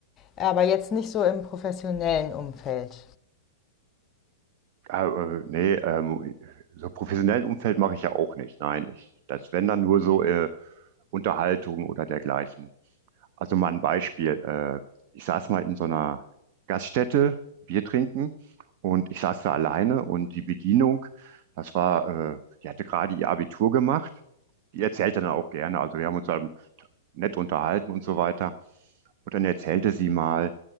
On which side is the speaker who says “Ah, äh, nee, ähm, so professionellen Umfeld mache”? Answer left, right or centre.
Right